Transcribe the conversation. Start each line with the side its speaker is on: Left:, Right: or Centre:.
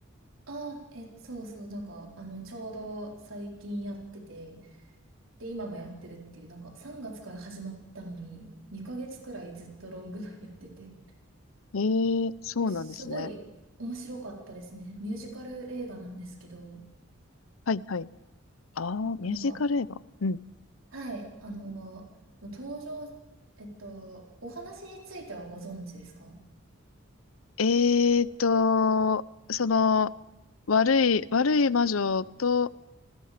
Right: あえ、そうそう、なんか、あの、ちょうど最近やってて、で、今もやってるっていう、なんか3月から始まったのに、2ヶ月くらいずっとロングランやってて、
Left: ええそうなんですね。
Right: えすごい面白かったですね。ミュージカル映画なんですけど、
Left: はい、はい。ああ、ミュージカル映画。
Right: あなんか、
Left: うん。
Right: はい、あの、登場、えっと、お話についてはご存知ですか
Left: えーと、その、悪い、悪い魔女と